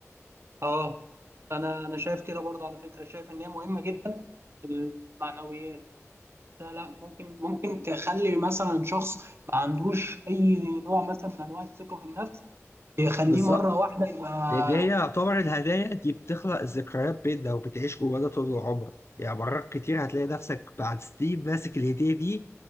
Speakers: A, on the right; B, on the left.
A: أه أنا أنا شايف كده برضه على فكرة شايف إن هي مهمة جدا المعنويات لا لا ممكن ممكن تخلي مثلا شخص ما عندوش أي نوع مثلا من أنواع الثقة في النفس يخليه
B: بالظبط
A: مرة واحدة يبقى
B: لان هي يعتبر الهدايا دي بتخلق ذكريات بيننا وبتعيش جوانا طول عمرك يعني مرات كتير هتلاقي نفسك بعد سنين ماسك الهدية دي